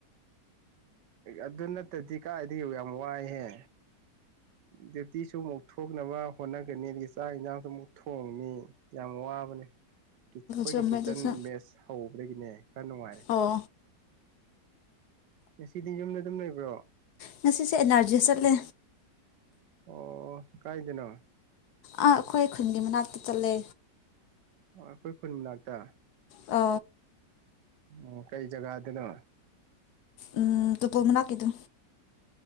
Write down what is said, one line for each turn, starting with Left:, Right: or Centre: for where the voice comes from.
Right: ꯑꯗꯨ ꯅꯠꯇꯗꯤ ꯀꯥꯏꯗꯤ ꯌꯥꯝ ꯋꯥꯏꯍꯦ ꯗ꯭ꯌꯨꯇꯤꯁꯨ ꯑꯃꯨꯛ ꯊꯣꯛꯣꯡꯅꯕ ꯍꯣꯠꯅꯒꯅꯤ ꯑꯗꯒꯤ ꯆꯥꯛ ꯏꯟꯁꯥꯡꯁꯨ ꯑꯃꯨꯛ ꯊꯣꯡꯅꯤ ꯌꯥꯝ ꯋꯥꯕꯅꯦ ꯑꯩꯈꯣꯏꯒꯤ
Left: ꯆꯨꯝꯃꯦ
Right: ꯀꯤꯠꯆꯟ
Left: ꯑꯗꯨꯁꯨ
Right: ꯃꯦꯁ ꯍꯧꯕꯗꯒꯤꯅꯦ ꯈꯔ ꯅꯨꯡꯉꯥꯏꯔꯦ
Left: ꯑꯣ
Right: ꯉꯁꯤꯗꯤ ꯌꯨꯝꯗ ꯑꯗꯨꯝ ꯂꯩꯕ꯭ꯔꯣ
Left: ꯉꯁꯤꯁꯦ ꯑꯦꯔꯖꯤ ꯆꯠꯂꯦ
Right: ꯑꯣ ꯀꯥꯏꯗꯅꯣ
Left: ꯥ ꯑꯩꯈꯣꯏ ꯈꯨꯟꯒꯤ ꯃꯅꯥꯛꯇ ꯆꯠꯂꯦ
Right: ꯑꯩꯈꯣꯏ ꯈꯨꯟ ꯃꯅꯥꯛꯇ
Left: ꯑ
Right: ꯎ ꯀꯩ ꯖꯒꯥꯗꯅꯣ
Left: ꯎꯝ ꯇꯨꯄꯣ ꯃꯅꯥ ꯀꯗꯨ